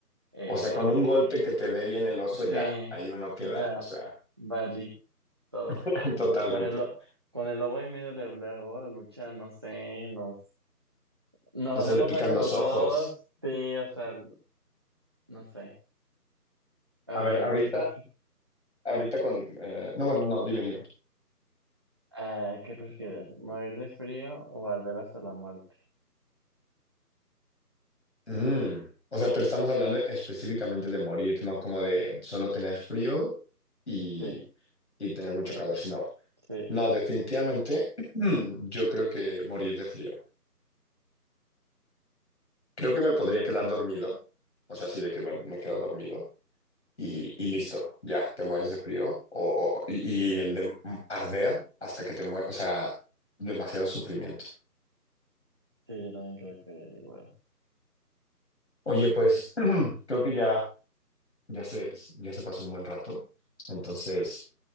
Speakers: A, on the right; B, on the left.
A: eh,
B: O sea, con un golpe que te dé bien el oso
A: sí,
B: ya, ahí uno queda,
A: ya,
B: o sea,
A: valí todo.
B: <laughs>
A: Y
B: totalmente.
A: pues con el, lo- con el lobo y medio le, le hago la lucha, no sé, nos, nos
B: No
A: hacemos
B: se le pican
A: daño
B: los
A: los
B: ojos.
A: dos, sí, o sea, no sé, a
B: A ver,
A: ver,
B: ahorita,
A: ¿qué prefieres?
B: ahorita con... eh, no, bueno, no, dime, dime.
A: Ah, ¿qué prefieres? ¿Morir de frío o arder hasta la muerte?
B: Mm, O sea, pero estamos hablando específicamente de morir, no como de solo tener frío y,
A: Sí,
B: y tener mucho
A: sí,
B: calor, sino...
A: sí,
B: No, definitivamente <clears throat> mm, yo creo que morir de frío. Creo que me podría quedar dormido, o sea, sí de que me, me quedo dormido, y, y listo, ya te mueres de frío o, o- y, y el de arder hasta que te mueres, o sea, demasiado sufrimiento.
A: sí, yo también creo que igual.
B: Oye, pues <clears throat> creo que ya, ya se, ya se pasó un buen rato, entonces,